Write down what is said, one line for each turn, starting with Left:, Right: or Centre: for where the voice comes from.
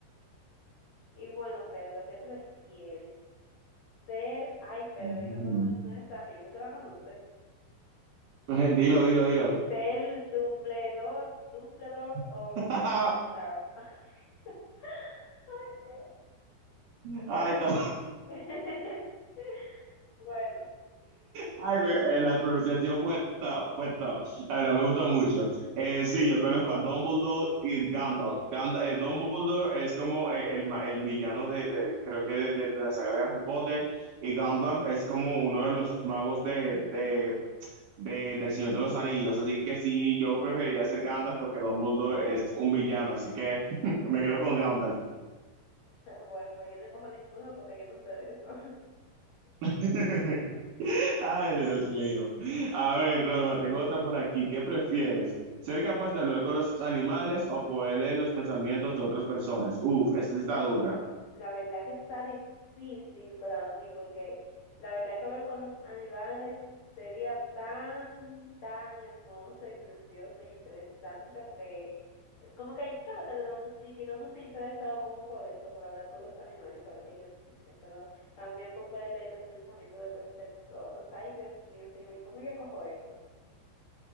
Left: Y bueno, Pedro, ¿qué prefieres? Ser, ay, perdón,
Right: Ujú.
Left: que no conozco ninguna de esta gente, ¿tú la conoces?
Right: <laughs> Dilo, dilo, dilo.
Left: Ser Dumbledore, Dumbledore o
Right: <laughs>
Left: Gandalf. <laughs> Ay, Dios,
Right: Ay,
Left: ¿tú la conoces?
Right: está
Left: <laughs> Bueno,
Right: Ay, me- eh, la pronunciación fue top, fue top. La verdad, me gustó mucho. Eh, sí, yo conozco a Dumbledore y Gandalf. Gand- eh, Dumbledore es como eh, el, ma- el villano de, de- creo que de, de- de la saga de Harry Potter, y Gandalf es como uno de los magos de, de, de- del Señor de los Anillos. Así que sí, yo preferiría ser Gandalf porque Dumbledore es un villano, así que <laughs> me quedo con Gandalf.
Left: <laughs> bueno, pues yo no cojo ninguno porque yo no sé de eso.
Right: <laughs> Ay, Dios mío. A ver, Norma, tengo otra por aquí. ¿Qué prefieres? ¿Ser capaz de hablar con los animales o poder leer los pensamientos de otras personas? Uf, esa sí está dura.
Left: La verdad que está difícil para mí porque la verdad que hablar con los animales sería tan, tan hermoso y precioso e interesante porque es como que tú sabes que desde unos chiquitos no se ha interesado como por eso, por hablar con los animales, y saber que ellos dicen, pero también por poder leer los pensamientos de otras personas. Ay, Dios mío, señor, ¿y cómo yo cojo esto?